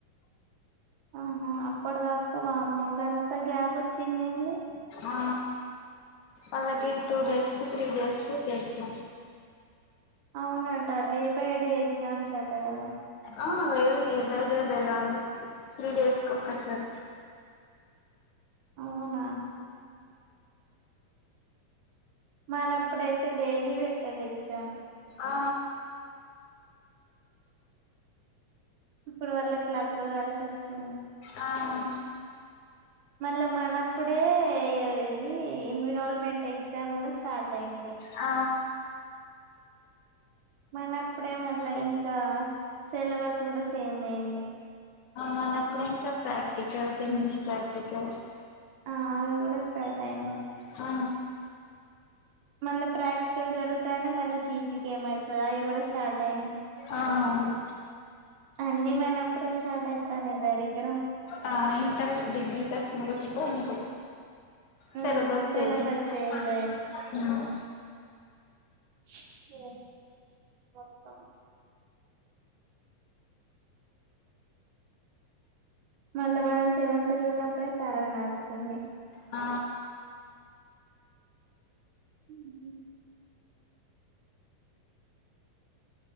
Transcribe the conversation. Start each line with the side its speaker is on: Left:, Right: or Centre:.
Right: ఆహా అప్పటిదాకా వామ్మో గంత గ్యాబ్ వచ్చిదెంది
Left: ఆ అలాగె టూ డేస్ ఇప్పుడు త్రీ డేస్ కు కేసు
Right: అవునట డే బై డే ఎగ్జామ్స్ అట కదా
Left: ఆ లేేదు డె బై డె బెయాలా త్రీ డేస్ కి ఒకసారి
Right: అవునా మనప్పుడయితే డైలీ పెటేదే ఎగ్జామ్
Left: ఆ
Right: ఇప్పుడు వాళ్ళకు లక్ కాల్సి వచ్చింది
Left: ఆ ఆ
Right: మళ్ళ మనప్పుడే అది ఏంది ఎన్విరోల్మెంట్ ఎగ్జామ్ కూడా స్టార్ట్ అయింది
Left: అ
Right: మనప్పుడె మళ్ళా ఇంకా సెలబస్ కూడా చేంజ్ అయింది
Left: మనప్పుడే ఇంకా ప్రాక్టికల్స్ ఇంగ్లీష్ ప్రాక్టికల్
Right: అది కూడా స్టార్ట్ అయింది
Left: ఆ
Right: మళ్ళా ప్రాక్టికల్ జరుగుతాయి అంటే మళ్ళీ సీ సీ కెమెరాస్ అవి కూడా స్టార్ట్ అయింది
Left: అ అవును
Right: అన్ని మనప్పుడె స్టార్ట్ అయితన్నై దరిద్రం
Left: ఆ ఇంటర్ డిగ్రీ ప్లస్ మ్యూజిక్ మీకు syllabus
Right: um syllabus
Left: change అయింది
Right: change
Left: హ్మ్మ్
Right: ఎందే వస్తాం మళ్ళ మనం సెవెంత్ ల ఉన్నప్పుడె కరోనా అచ్చింది
Left: ఆ
Right: హ్మ్మ్